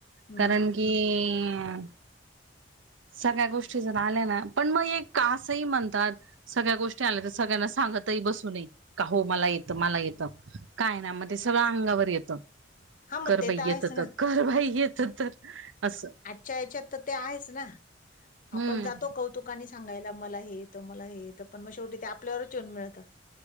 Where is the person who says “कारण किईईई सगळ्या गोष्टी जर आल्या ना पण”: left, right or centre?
Right